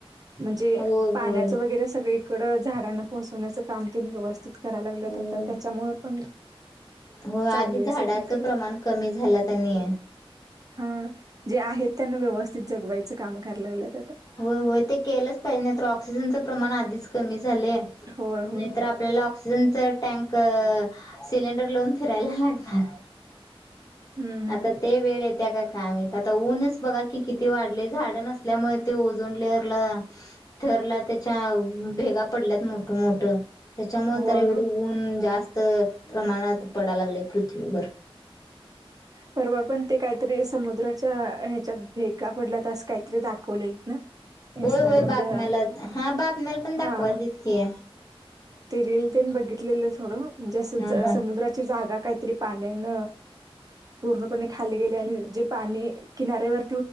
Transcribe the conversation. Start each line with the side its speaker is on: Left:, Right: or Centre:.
Right: म्हणजे
Left: होय
Right: पाण्याचं
Left: होय
Right: वगैरे सगळीकडं झाडांना पोहोचवण्याचं काम व्यवस्थित कराय लागल्यात
Left: होय.
Right: त्याच्यामुळ पण
Left: हो आधी
Right: चालू
Left: झाडाचं
Right: आहे सगळीकडं
Left: प्रमाण कमी झाल्यात आणि
Right: हा जे आहेत त्यांना व्यवस्थित जगवायचं काम कराय लागलेत
Left: हो हो ते केलंच पाहिजे नाही तर ऑक्सिजनचं प्रमाण आधीच कमी चालेल नाहीतर
Right: होय होय
Left: आपल्याला तर टँक सिलेंडर लावून फिरायला लागणार
Right: हम्म हम्म
Left: आता ते वेळ येते का काय माहित, आता ऊनच बघा कि किती वाढले झाड नसल्यामुळे ते ओझोन लेअरला थरला त्याच्या भेगा पडल्यात मोठ मोठ त्याच्यामुळे
Right: होय
Left: तर एवढ
Right: होय
Left: ऊन जास्त त प्रमाणात पडायला लागलय पृथ्वीवर
Right: परवा पण ते काहीतरी समुद्राच्या ह्याच्यात भेगा पडल्या तस काहीतरी दाखवल लं ना? इंस्टाग्रामला
Left: होय होय बातम्याला हा बातम्याला पण दाखवायल
Right: हा
Left: तितके
Right: ते रिल तेन बघितलेलं थोडं म्हणजे
Left: हा
Right: अस
Left: हा
Right: समुद्राची जागा काहीतरी पाण्यान पूर्णपणे खाली गेले आणि जे पाणी किनाऱ्यावर